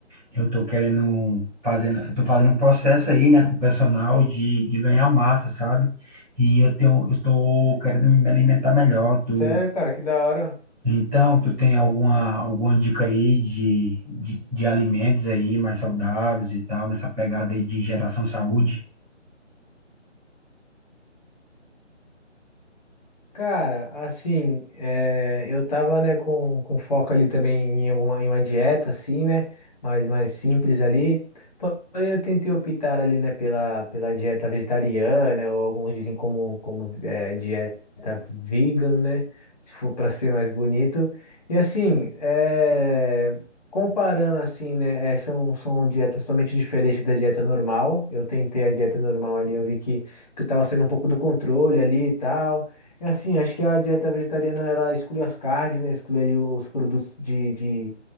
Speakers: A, in the centre; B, on the left.
A: Eu tô querendo fazendo, eu tô fazendo um processo aí, né, com o personal de, de ganhar massa, sabe? E eu tenho, eu tô querendo me alimentar melhor. Tu,
B: Sério, cara, que da hora.
A: então, tu tem alguma, alguma dica aí de, de, de alimentos aí mais saudáveis e tal, nessa pegada aí de geração saúde?
B: Cara, assim, eh, eu tava, né, com, com foco ali também em alguma, em uma dieta, assim, né, mais, mais simples ali, porém eu tentei optar ali, né, pela, pela dieta vegetariana, ou alguns dizem como, como eh, dieta vegan, né, se for para ser mais bonito, e assim, eh, comparando assim, né, eh, são, são dietas totalmente diferentes da dieta normal, eu tentei a dieta normal ali, eu vi que, que eu tava saindo um pouco do controle ali e tal, é assim, acho que a dieta vegetariana ela exclui as carnes, né? Exclui ali os produtos de, de-